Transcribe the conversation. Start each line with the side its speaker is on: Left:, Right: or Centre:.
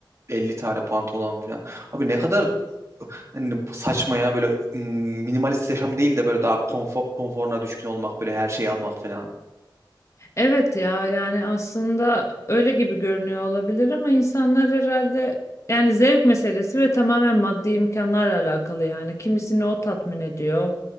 Right: 50 tane pantolon falan. Abi ne kadar hani saçma ya böyle mm, minimalist yaşam değil de böyle daha konfor, konforuna düşkün olmak böyle her şeyi almak falan.
Left: Evet ya yani aslında öyle gibi görünüyor olabilir ama insanlar herhalde yani zevk meselesi ve tamamen maddi imkanlarla alakalı yani. Kimisini o tatmin ediyor,